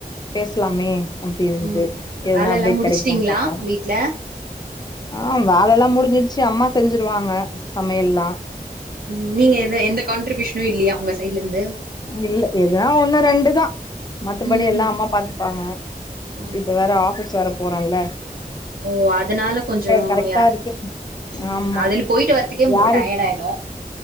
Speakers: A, on the left; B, on the right.
A: பேஸ்லாமே அப்டின்ட்டு
B: ம்
A: எதனா
B: வேல
A: அப்டேட்
B: எல்லா முடிச்சுட்டீங்களா
A: கெடைக்குதான் பாப்போ
B: வீட்ல
A: ஆ வேலல்லா முடிஞ்சிட்ச்சி அம்மா செஞ்சிருவாங்க சமையெல்லா
B: ம் நீங்க எத எந்த கான்ட்ரிபியூஷனு இல்லியா உங்க சைட்லந்து
A: இல்ல ஏதா ஒண்ணு ரெண்டு தா மத்தபடி
B: ம்
A: எல்லா
B: ம்
A: அம்மா பாத்துப்பாங்க
B: ம்
A: இப்ப வேற
B: ம்
A: ஆபீஸ் வேற போற இல்ல
B: ஓ அதனால கொஞ்சோ
A: கரெக்டா
B: ய
A: இருக்கு
B: ம்
A: ஆமா
B: அதுல போய்ட்டு வரதுக்கே மு
A: யாரு
B: டயட் ஆய்டு